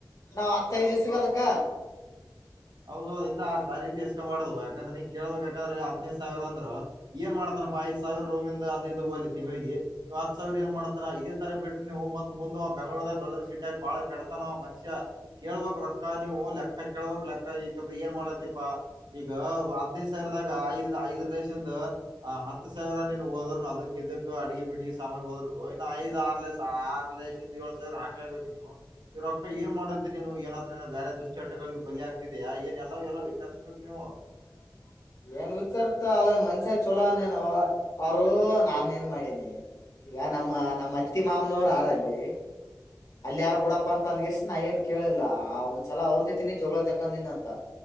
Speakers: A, on the left; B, on the right.
A: ನಾವ್ ಹತ್ತೈದ ಇಸಗದಕ್ಕ
B: ಹೌದು ಇಲ್ಲ ಆ ದಾರಿ ತಿಸ್ಕಬಾರ್ದ ಯಾಕಂದ್ರ ನೀ ಕೇಳ್ಬೇಕ ಯಾಕಂದ್ರ ಹದನೈದ ಸಾವಿರ ಅಂದ್ರ ಏನ್ ಮಾಡ್ತನಪ್ಪ ಐದ ಸಾವಿರ ರೂಮಿಂದ ಅದ ಇದ ಹೋಗ್ಲಿ ತಿಂಗಳಿಗ ಇವ ಹತ್ತ ಸಾವಿರ ಏನ್ ಮಾಡ್ತಾನ ಇದೇ ತರ ಬಿಟ್ರಿ ನೀವು ಮತ್ತ ಮುಂದ ಅವ ಬೆಂಗಳೂರ ದಾಗ ದೊಡ್ಡ ದೊಡ್ಡ ಶಿಟ್ಯಾಗ ಬಾಳ ಕೆಡತನವ ಮನುಷ್ಯ. ಕೇಳ್ಬಕ ರೊಕ್ಕ ನೀವು ಲೆಕ್ಕ ಕೇಳ್ಬಕ ಲೆಕ್ಕ ಈಟ್ಟ ಏನ್ ಮಾಡತ್ತಪಾ. ಈಗ ಹದ್ನೈದ ಸಾವಿರದಾಗ ಐದ್ಲ ಐದರ ದೇಸಲ್ಲಿಂದ ಹ ಹತ್ತ ಸಾವಿರ ನೀನ್ ಹೋದ್ರುನು ಅದಕ್ ಇದಕ್ ಅಡಿಗೆ ಬಿಡಗಿ ಸಾಮಾನು ಹೋದರು ಇನ್ನು ಐದ ಆರ ಲೆ ಆರಲೆಸ ಇಂದ ಏಳ ಸಾವರ ಆಗ್ಲೇಬೇಕು ನೀನು ಈ ರೊಕ್ಕ ಏನ ಮಾಡತ್ತೀ ನೀನ ಏನಾದ್ರ ಬೇರೆ ದುಷ್ಟ್ಚಾಟಗಳಿಗೆ ಬಲಿ ಆಗ ಇದಿಯಾ ಏನ್ ಎಲ್ಲಾ ಎಲ್ಲಾ ವಿಚಾರಸ ಬೇಕ ನೀವು.
A: <inaudible> ಏನ್ ಹುಚ್ಚರತೊ ಅವ ಏನ್ ಮನಶಾ ಛಲೋ ಆನ್ ಏನ್ ಅವ ಅವರು ನಾನ ಏನ್ ಮಾಡಿನಿ. ಈಗ ನಮ್ಮ ನಮ್ಮ ಅತ್ತಿ ಮಾಮನರು ಆರಲ್ಲಿ ಅಲ್ಲಿ ಯಾರ ಬಿಡಪ್ಪಾ ಅಂತ ಅಂದಗೆಸ ನಾ ಏನ್ ಕೇಳಿಲ್ಲ ಆ ಒಂದ್ಸಲ ಅವ್ರ ಜತನಿ ಜಗಳ ತಕೊಂಡಿನಿ ಅಂತ.